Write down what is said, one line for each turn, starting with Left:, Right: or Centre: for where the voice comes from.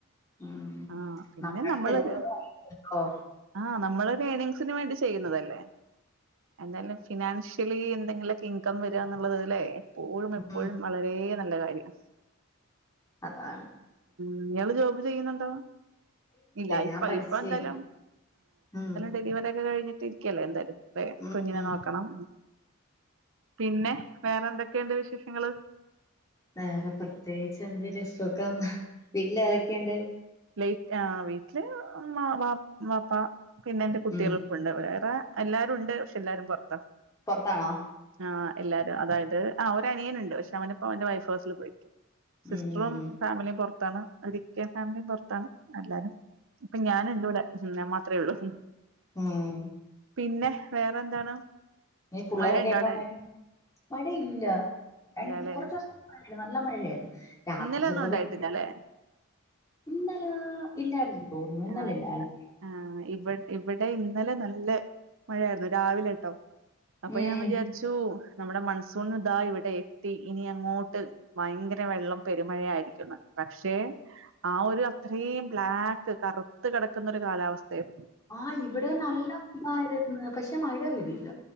Left: ഉം
Right: ആ പിന്നെ
Left: നമ്മടെ
Right: നമ്മള്ക്
Left: ചെലവുകളോ
Right: ആഹ് നമ്മള് ഏണിഗ്സിനു വേണ്ടി ചെയ്യുന്നതല്ലേ എന്നാലും ഫിനാൻഷലി - <unintelligible> എന്തെങ്കിലൊക്കെ ഇൻകം വരുകാന്നുള്ളത് അല്ലേ ഇപ്പോഴും എപ്പൊഴും
Left: ഉം
Right: വളരെ നല്ല കാര്യാമ
Left: അതാണ്
Right: നിങ്ങള് ജോബ് ചെയ്യുന്നുണ്ടോ ഇല്ല
Left: ഞാൻ
Right: ഇപ്പ
Left: പഠിച്ചു
Right: എന്തായാലും
Left: കഴിഞ്ഞു ഉം
Right: ഡെലിവറി ഒക്കെ കഴിഞ്ഞ് ഇരിക്കല്ലേ എന്തായാലും അതെ
Left: ഉം
Right: കുഞ്ഞിനെ
Left: ഉം
Right: നോക്കണം പിന്നെ വേറെ എന്തൊക്കെയുണ്ട് വിശേഷങ്ങള്
Left: വേറെ പ്രത്യേകിച്ച് എന്ത്ര്സുഖം വീട്ടിൽ ഏതൊക്കെയുണ്ട്
Right: ലൈറ്റ് ആ വീട്ടില് ഉമ്മാ വാപ് വാപ്പാ പിന്നെ എന്റെ കുട്ടികളും
Left: ഉം
Right: ഇപ്പം ഉണ്ട് വേറെ അല്ലാതെ ഉണ്ട് പക്ഷെ എല്ലാരും പൊറത്ത
Left: പൊറത്താണോ
Right: ആമ എല്ലാരും അതായത് ആ ഒരു അനിയനുണ്ട് പക്ഷെ അവനിപ്പോ അവന്റെ വൈഫ് ഹൗസിൽ പോയിരിക്ക സിസ്റ്ററും
Left: ഉം
Right: ഫാമിലിയും പുറത്ത് ത്താണ് അത് വിറ്റ ഫാമിലിയും പൊറത്താണ് എല്ലാരും ഇപ്പൊ ഞാന ഇണ്ട് ഇടെ നമ്മ അത്രേ ഉള്ളൂ
Left: ആം
Right: പിന്നെ വേറെ എന്താണ്
Left: ഇ പിള്ളേരൊക്കെ
Right: മഴയുണ്ടോ
Left: ഇപ്പ
Right: അവിടെ
Left: മഴയില്ല രണ്ട
Right: ഇല്ലല്ലെ
Left: കുറച്ച ദിവസ നല്ല മഴയായിരുന്നു രാത്രി
Right: ഇന്നലെ
Left: ചെലപ്പോ
Right: ഒന്നും ഉണ്ടായിട്ടില്ലല്ലെ
Left: മിക്ക് ഇന്നല ഇല്ലായിരുന്നു ഓ ഇന്നലെഇല്ലാരുന്നു
Right: ആ ആ ഇവി ഇവിടെ ഇന്നലെ നല്ല മഴായിരുന്നു രാവിലെ അപ്പ
Left: ഉം
Right: ഞാൻ വിചാരിച്ചു നമ്മുടെ മൺസൂണ ഇതാ ഇവിടെ എത്തി ഇനി അങ്ങോട്ട് ഭയങ്കര വെള്ളം പെരുമഴയ ആയിരിക്കുന്നു പക്ഷെ ആ ഒരു അത്രയും ബ്ലാക്ക് ക്ക് കറുത്ത് കിടക്കുന്നൊരു കാലാവസ്ഥയാരുന്നു
Left: ആ ഇവിടെ നല്ല ന്നായിരുന്നു പക്ഷെ മഴ പെയ്തില്ല